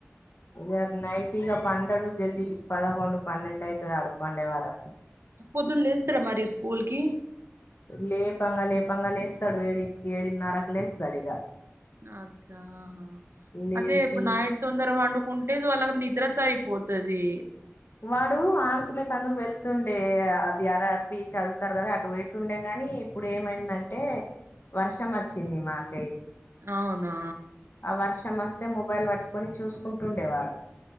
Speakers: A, on the left; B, on the right.
A: వాడు నైట్ ఇగ పండడు జల్ది పదకొండు, పనిండూ అయితది ఆడు పండే వరకు
B: పొద్దున్న లేస్తాడా మరి స్కూల్ కి
A: లేపంగా లేపంగా లేస్తాడు ఏడుకి ఏడున్నరకు లేస్తాడు ఇగ
B: అచ్చా ఆహా
A: లేపి
B: అదే ఇప్పుడు నాయ్ తొందర పండుకుంటే వాళ్ళకి నిద్ర సరిపోతది.
A: వాడు ఆడుకునేతండుకు వెళ్తుండే అది ఆర్ ఆర్ బి చదువుతారు కదా అటు పోయితుండే గాని ఇప్పుడేమైందంటే వర్షం వచ్చింది మాకై
B: అవునూ
A: ఆ వర్షం వస్తే మొబైల్ పట్టుకొని చూసుకుంటుండేవాడు.